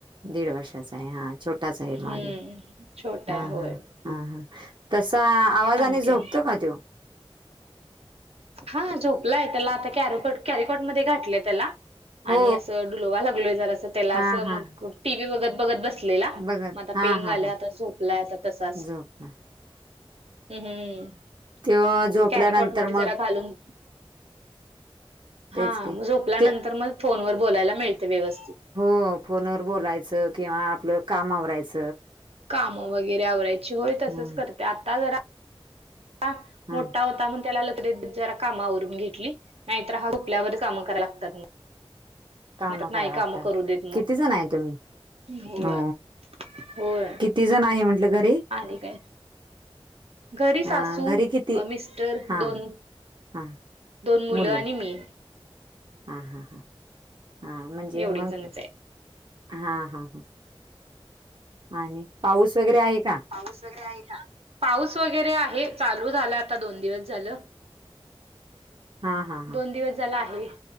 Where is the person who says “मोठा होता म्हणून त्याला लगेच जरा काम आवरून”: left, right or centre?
Right